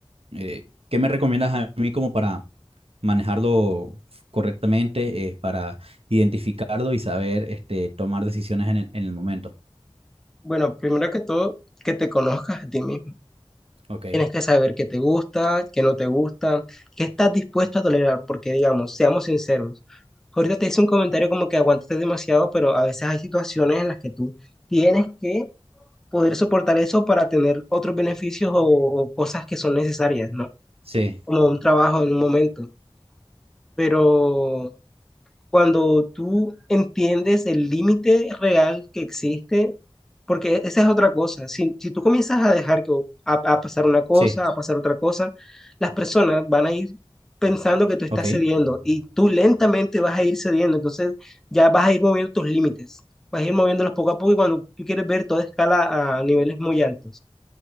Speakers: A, on the right; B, in the centre.
A: Eh, ¿qué me recomiendas a mí como para manejarlo correctamente, eh, para identificarlo y saber, este, tomar decisiones en el, en el momento?
B: Bueno, primero que todo, que te conozcas a ti mismo.
A: Ok.
B: Tienes que saber qué te gusta, qué no te gusta, qué estás dispuesto a tolerar, porque digamos, seamos sinceros. Ahorita te hice un comentario como que aguantaste demasiado, pero a veces hay situaciones en las que tú tienes que poder soportar eso para tener otros beneficios o, o cosas que son necesarias, ¿no?
A: Sí,
B: Como un trabajo en un momento. Pero cuando tú entiendes el límite real que existe, porque esa es otra cosa. Si, si tú comienzas a dejar que a, a pasar una cosa,
A: sí,
B: a pasar otra cosa, las personas van a ir pensando que tú estás
A: ok,
B: cediendo y tú lentamente vas a ir cediendo. Entonces ya vas a ir moviendo tus límites, vas a ir moviéndolos poco a poco y cuando tú quieres ver toda escala a niveles muy altos.